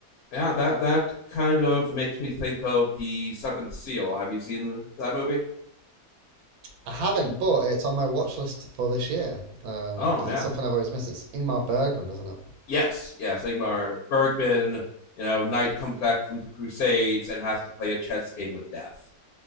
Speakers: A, on the left (about 80°); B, on the right (about 80°).
A: Yeah, that that kind of makes me think of The Seventh Seal. Have you seen that movie?
B: I haven't, but it's on my watch list for this year because um,
A: Oh,
B: it's
A: yeah.
B: something I've always missed. It's Ingmar Bergman, isn't it?
A: Yes, yes, Ingmar Bergman. You know, Knight comes back from the Crusades and has to play a chess game with death.